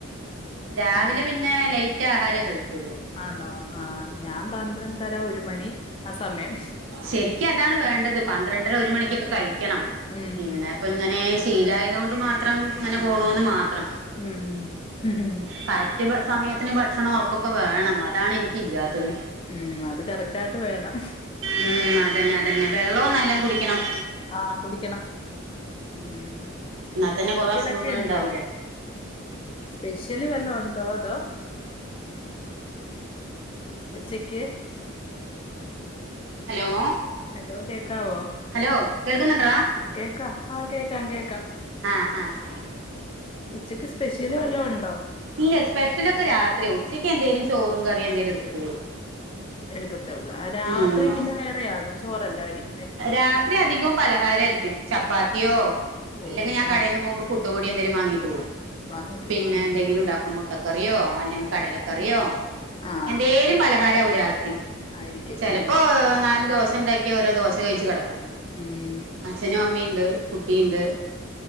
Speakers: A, on the right; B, on the left.
A: രാവിലെ
B: ഞാൻ
A: പിന്നെ ലൈറ്റ് ആഹാരേ കഴിക്കുള്ളൂ
B: ആണോ ആ ഞാൻ പന്ത്രണ്ടര ഒരു മണി ആ സമയം
A: ശരിക്കുതാണ് വേണ്ടത് പന്ത്രണ്ടര ഒരു മണിക്കൊക്കെ കഴിക്കണം
B: ഉം
A: പിന്നെ പ്പങ്ങനെ ശീലയതോണ്ട് മാത്രം ങ്ങനെ പോണൂന്ന് മാത്രം
B: ഉം
A: കറക്റ്റ് സമയത്തിന് ഭക്ഷണം ർക്കൊക്കെ വേണം അതാണ് ഇൻക്കില്ലാത്തത്
B: ഉം അത് കറക്റ്റായിട്ട് വേണം
A: ഉം അതന്നെ അതന്നെ വെള്ളും നല്ലോം കുടിക്ക് കുടിക്കണം
B: ആഹ് കുടിക്കണം ഉം
A: ന്നാത്തന്നെ
B: സ്പെഷ്യലൊക്കെ
A: കൊറെ അസുഖങ്ങളുണ്ടാവില്ല
B: ഉണ്ടോ സ്പെഷ്യല് വല്ലോ ഉണ്ടോ തോ ഉച്ചെയ്ക്ക്
A: ഹലോ
B: ഹലോ കേക്കാവോ
A: ഹലോ കേൾക്കുന്നുണ്ടടാ
B: കേക്കാം ആ കേക്കാം കേക്കാം
A: ആഹ് ആഹ് ആഹ്
B: ഉച്ചക്ക് സ്പെഷ്യല് വല്ലോണ്ടോ
A: ഇല്ല സ്പെഷ്യലൊക്കെ രാത്രിയാ ഉച്ചക്ക്ന്തേലും ചോറും കറിയും എന്തേലും ടുത്തിട്ട് വരും
B: എട്ക്കത്തേള്ള രാത്രി
A: ഉം
B: പിന്നെ വേറെയാന്നൊ ചോറല്ലയിരിക്കും
A: രാത്രിധികവും പലഹാരയിരിക്കും ചപ്പാത്തിയോ
B: ഓ
A: അല്ലെങ്കിൽ ഞാൻ കടെന്ന്
B: ആഹ്
A: പോകുമ്പോ പുട്ടുപൊടി ന്തെങ്കിലും വാങ്ങീട്ട് പോകും
B: വാങ്ങിട്ട്
A: പിന്നെന്തെങ്കിലുണ്ടാക്കും
B: പോവും ഉം
A: മുട്ടക്കറിയോ അല്ലെങ്കിൽ കടലക്കറിയോ
B: ആഹ്
A: എന്തേലും പലഹാരാകും രാത്രി
B: ആയിരിക്കും
A: ചെലപ്പോ
B: ഉം
A: നാല് ദോശണ്ടാക്കിയാ ഓരോ ദോശ കയ്ച്ച് കെടക്കും
B: ഉം
A: അച്ഛനും അമ്മിണ്ട് കുട്ടിണ്ട്